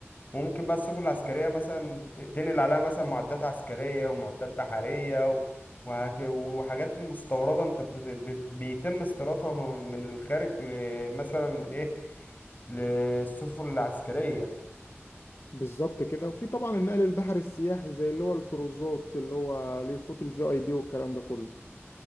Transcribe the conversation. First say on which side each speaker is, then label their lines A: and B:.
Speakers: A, on the left; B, on the left.
A: وممكن بقى السفن العسكرية مثلا ت- تنقل عليها مثلا معدات عسكرية ومعدات بحرية و- وهك- وحاجات مستوردة انت بت- بت- بيتم استيرادها من من الخارج ل- مثلا ايه للسفن العسكرية
B: بالظبط كده وفي طبعا النقل البحري السياحي زي اللي هو الكروزات اللي هو ليه خطوط الفي اي بي والكلام ده كله